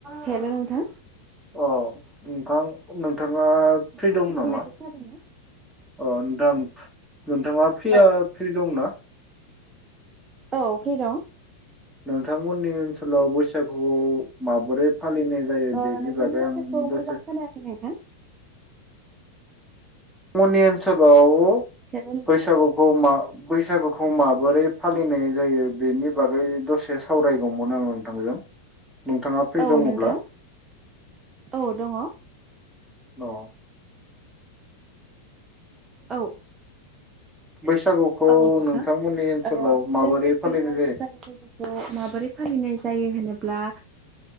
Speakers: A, on the right; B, in the centre.
A: <inaudible> हेल, नोंथां।
B: अ नोंथां नोंथाङा फ्रि
A: आंनि
B: दं नामा
A: बुंनायखौ खोनादोंना
B: ओ नोंथां? नोंथाङा फ्रिया
A: औ
B: फ्रि दंना?
A: औ फ्रि दं।
B: नोंथां मोननि ओनसोलाव बैसागुखौ माबोरै फालिनाय जायो
A: ओ
B: बेनि
A: नोंथांनि
B: बागै
A: माथोखौ
B: आं दसे
A: मोजां खोनायाखै नोंथां।
B: मनि आनसोलाव
A: हेल' नोंथां
B: बैसागुखौ मा बैसागुखौ माबोरै फालिनाय जायो बेनि बागै दसे सावराय गौमोन आं नोंथांजों। नोंथाङा फ्रि
A: औ
B: दङब्ला
A: नोंथां औ दङ।
B: औ।
A: औ।
B: बैसागुखौ
A: औ नोंथां
B: नोंथांमोननि ओनसोलाव
A: ओ
B: माबोरै
A: जोंनि ओनसोलाव
B: फालिनाय
A: बैसागु फोरबोखौ माबोरै फालिनाय जायो होनोब्ला